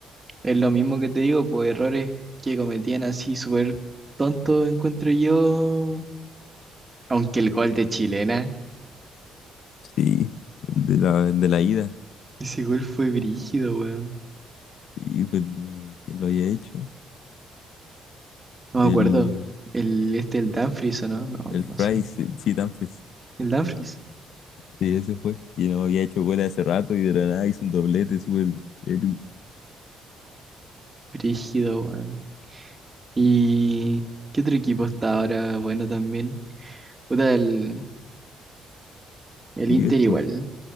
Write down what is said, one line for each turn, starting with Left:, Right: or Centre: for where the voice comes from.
Right: Es lo mismo que te digo, pues errores que cometían así súper tontos encuentro yo. Aunque el gol de chilena,
Left: Sí, el de la, el de la ida,
Right: ese gol fue brígido, weón.
Left: sí, fue el de, ¿quién lo había hecho?
Right: No me
Left: El,
Right: acuerdo. El, este, el Dumfries, ¿o no? No,
Left: el
Right: no no
Left: Fry,
Right: sé.
Left: sí, sí, Dumfries.
Right: ¿El Dumfries?
Left: Sí, ese fue. Y no había hecho gol hace rato y de la nada hizo un doblete súper el
Right: Brígido, weón. ¿Y qué otro equipo está ahora bueno también? Puta, el, el
Left: Liverpool.
Right: Inter igual.